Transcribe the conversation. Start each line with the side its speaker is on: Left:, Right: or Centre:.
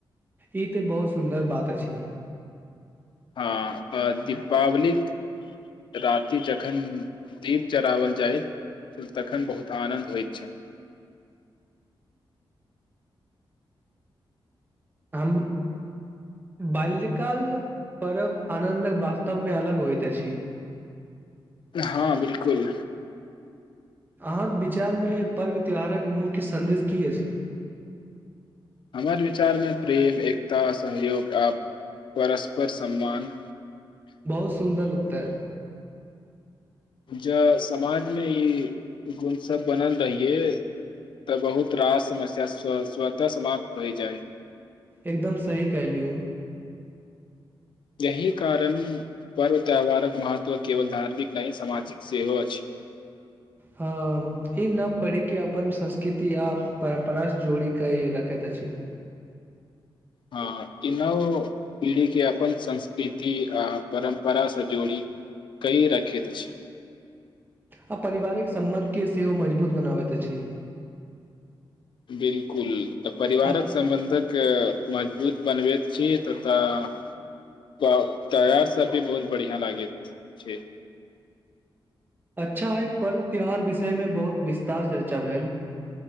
Right: ई तऽ बहुत सुन्दर बात अछि
Left: हँ आ दीपावलीक राति जखन दीप जराओल जाय तखन बहुत आनन्द होइत छै
Right: हम बाल्यकाल पर्व आनन्दक वास्तवमे अलग होइत अछि
Left: हँ बिलकुल
Right: अहाँक विचारमे पर्व त्यौहारक मुख्य सन्देश की अछि
Left: हमर विचारमे प्रेम एकता सहयोग आ परस्पर सम्मान
Right: बहुत सुन्दर उत्तर
Left: जँ समाजमे ई गुणसभ बनल रहियै तऽ बहुत रास समस्या स्व स्वतः समाप्त भय जाय
Right: एकदम सही क लियौ
Left: एहि कारण पर्व त्यौहारक महत्व केवल धार्मिक नहि सामाजिक सेहो छै
Right: हँ ई न पढ़ि कऽ अपन संस्कृति आ परम्परासँ जोड़ि कऽ रखैत अछि
Left: हँ ई नव पीढ़ीके अपन संस्कृति आ परम्परासँ जोड़ि कय रखैत छी
Right: आ पारिवारिक सम्बन्ध के सेहो मजबूत बनाबैत अछि
Left: बिलकुल परिवारक
Right: अ-
Left: सम्बंधक मजबूत बनबैत छी ततऽ तयार सब भी बहुत बढ़ियां लागैत छै
Right: अच्छा आइ पर्व त्योहार विषयमे बहुत विस्तार चर्चा भेल